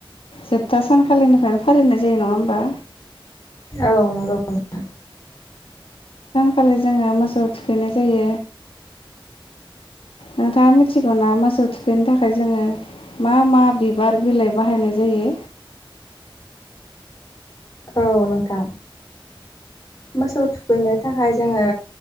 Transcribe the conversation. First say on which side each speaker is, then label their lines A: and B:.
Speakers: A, on the left; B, on the left.
A: जोबथा सानखालिनिफ्रायनो फालिनाय जायो नङा होमबा?
B: औ नंगौ <inaudible>
A: खालि जोङो मोसौ थुखैनाय जायो। नोंथाङा मिथिगौना मोसौ थुखैनो थाखाय जोङो मा मा बिबार बिलाइ बाहायनाय जायो?
B: औ नोंथां, मोसौ थुखैनो थाखाय जोङो